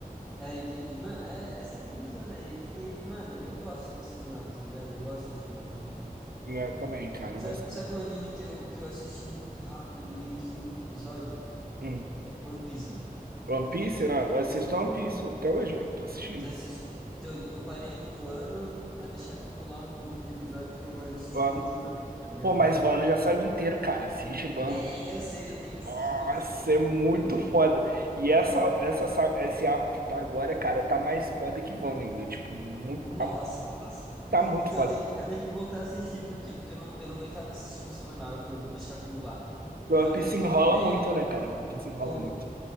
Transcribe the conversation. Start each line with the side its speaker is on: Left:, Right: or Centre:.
Centre: É, entendi. Mano, é, essa é a brisa, velho. E, e, mano, eu gosto desse final, tá ligado? Eu gosto de como acabou.
Right: É, também, cara,
Centre: Sabe,
Right: eu gostei.
Centre: sabe um anime que eu, que eu assisti muito rápido e que tem muito episódio?
Right: Hum.
Centre: É One Piece, mano.
Right: One Piece,
Centre: Já assistiu
Right: ah, eu
Centre: One
Right: assisto
Centre: Piece?
Right: One Piece até hoje, velho. Tô assistindo.
Centre: Você assiste? Então, eu parei em um ano pra deixar acumular um pouco de episódio, porque eu gosto de assistir
Right: Vano.
Centre: tudo de uma vez, tá ligado?
Right: Pô, mas Vano já saiu inteiro, cara. Assiste Vano,
Centre: É, eu sei, eu tenho que assistir,
Right: Nossa,
Centre: eu tenho que assistir, eu
Right: é muito
Centre: tenho que pegar um tempo.
Right: foda. E essa, essa, sa- esse arco que tá agora, cara, tá mais foda que Wanda ainda. Tipo, muito,
Centre: Nossa,
Right: tá,
Centre: nossa.
Right: tá muito
Centre: Então
Right: foda.
Centre: eu tenho que, eu tenho que voltar a assistir, por quê? Porque eu não, eu não aguentava assistir no semanal. Eu falei, vou deixar acumular.
Right: O
Centre: Mano,
Right: One Piece
Centre: pra você
Right: enrola
Centre: ter uma ideia,
Right: muito, né, cara? O One Piece enrola
Centre: ou
Right: muito.